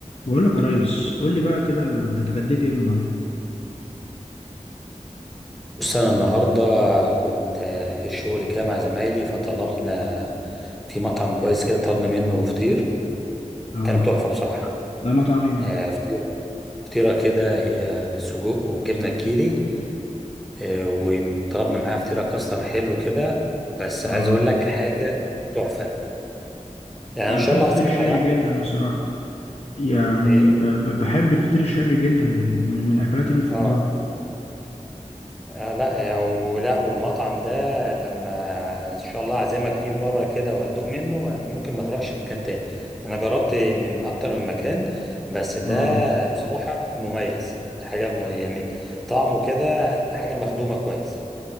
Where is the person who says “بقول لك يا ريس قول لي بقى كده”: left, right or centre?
Left